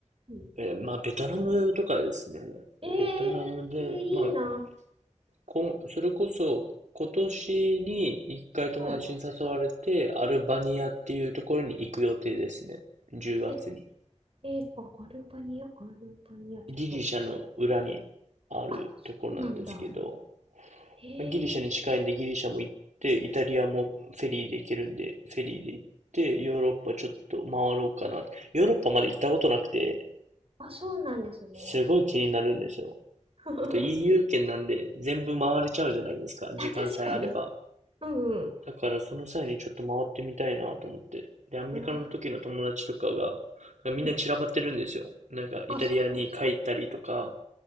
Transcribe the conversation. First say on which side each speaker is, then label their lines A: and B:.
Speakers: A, on the right; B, on the right.
A: うん
B: えーまあベトナムとかですね。
A: えー、えーいいな。
B: ベトナムで、まあこん、それこそ、今年に一回友達に誘われて、
A: はい。
B: アルバニアっていうところに行く予定ですね。10月に。
A: え、えーあアルバニア、アルバニア、ちょっと。
B: ギリシャの裏にあるところなんですけど、
A: あ、そうなんだ。えー
B: ギリシャに近いんでギリシャも行って、イタリアもフェリーで行けるんで、フェリーで行って、ヨーロッパちょっと回ろうかな。ヨーロッパまで行ったことなくて、
A: あ、そうなんですね。
B: すごい気になるんですよ。
A: <laughs>
B: あと EU 圏なんで全部回れちゃうじゃないですか、時間さえあれば。
A: あ、確かに。うんうん。
B: だからその際にちょっと回ってみたいなと思って。で、アメリカの時の友達とかが、
A: うわ、
B: なんかみんな散らばってるんですよ。
A: うん。
B: なんかイタリアに帰ったりとか、
A: あ、そうなんですか。